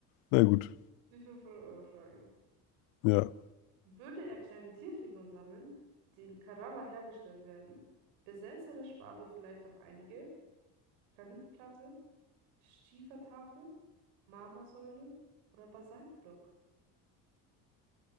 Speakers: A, on the left; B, on the right.
A: Na gut,
B: die 500-Euro-Frage.
A: ja,
B: Würde er kleine Tierfiguren sammeln, die in Carrara hergestellt werden, besäße der Schwabe vielleicht auch einige? Granitplatte, Schiefertafel, Marmorsäule oder Basaltblock?